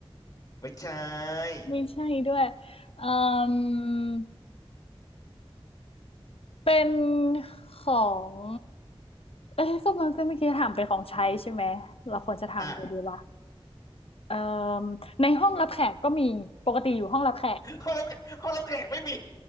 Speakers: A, on the left; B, on the left.
A: <laughs> ไม่ใช่
B: ไม่ใช่ด้วยเอ่
A: อืม
B: มเป็นของเอ๊ะก็มันก็เมื่อกี้ถามเป็นของใช้ใช่ไหมเราควรจะถามเลยดีวะ
A: อ่า
B: เอ่มในห้องรับแขกก็มีปกติอยู่ห้องรับแขก
A: ห้องรับห้องรับแขกไม่มี